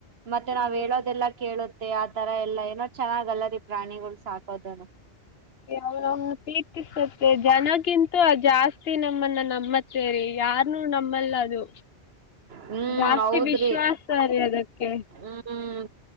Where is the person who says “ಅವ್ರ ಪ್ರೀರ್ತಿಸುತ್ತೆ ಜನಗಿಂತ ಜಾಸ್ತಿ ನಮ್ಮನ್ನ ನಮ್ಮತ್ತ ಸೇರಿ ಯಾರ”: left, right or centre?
Left